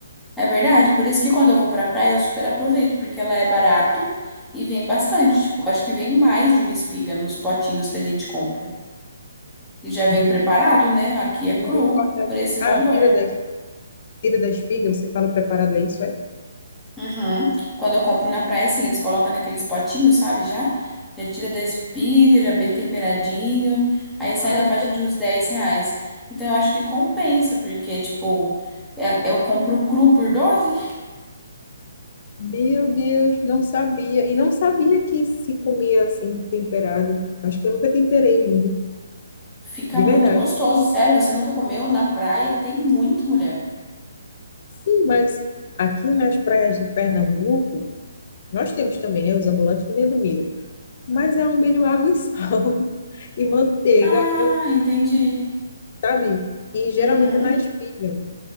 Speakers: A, in the centre; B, on the left.
A: É verdade. Por isso que quando eu vou pra praia, eu super aproveito, porque ela é barato e vem bastante. Tipo, eu acho que vem mais de uma espiga nos potinhos que a gente compra. E já vem
B: entende?
A: preparado, né? Aqui é
B: Já
A: cru
B: vem cortadinho.
A: e por esse
B: Ah,
A: valor.
B: tira da, tira da espiga, você fala o preparado, é isso? É?
A: Uhum. Quando eu compro na praia, assim, eles colocam naqueles potinhos, sabe? Já, já tira da espiga, já bem temperadinho. Aí sai
B: Ah,
A: na faixa de uns 10 reais. Então eu acho que compensa, porque, tipo, é- eu compro cru por doze,
B: Meu Deus, não sabia. E não sabia que se comia assim, temperado. Acho que eu nunca temperei milho,
A: <laughs> fica
B: de
A: muito
B: verdade.
A: gostoso. Sério, você nunca comeu na praia? Tem muito, mulher.
B: Sim, mas aqui nas praias de Pernambuco, nós temos também, né, os ambulantes vendendo milho. Mas é um milho água e sal <laughs> e manteiga,
A: Ah, entendi.
B: sabe? E geralmente
A: Uhum.
B: é na espiga.